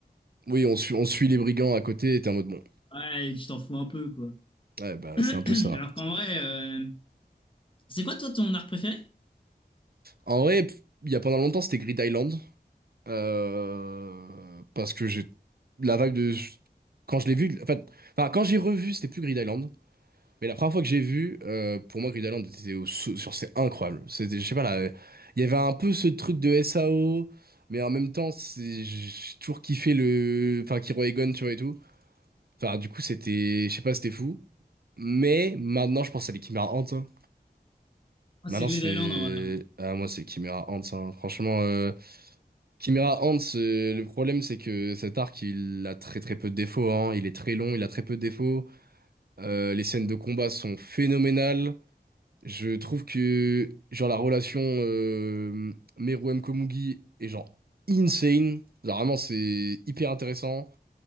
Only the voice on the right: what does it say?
Oui, on suit, on suit les brigands à côté, et t'es en mode, bon,
ouais, bah,
c'est un peu ça.
En vrai, il y a pendant longtemps, c'était Grid Island. Euh, parce que j'ai la vibe de quand je l'ai vu en fait enfin quand j'ai revu c'était plus Grid Island mais la première fois que j'ai vu euh, pour moi Grid Island était au sou- sur c'est incroyable c'était je sais pas là il y avait un peu ce truc de SAO mais en même temps c'est j'ai toujours kiffé le enfin Kiro Egon tu vois et tout enfin du coup c'était je sais pas c'était fou mais maintenant je pense à les Chimera Ants hein.
maintenant
c'est
ah moi c'est Chimera Ants hein. franchement euh, Chimera Ant, c'est- le problème, c'est que cet arc, il a très très peu de défauts. hein. Il est très long, il a très peu de défauts. Euh, les scènes de combat sont phénoménales. Je trouve que genre la relation euh, Meruem Komugi est genre insane. Genre vraiment, c'est hyper intéressant.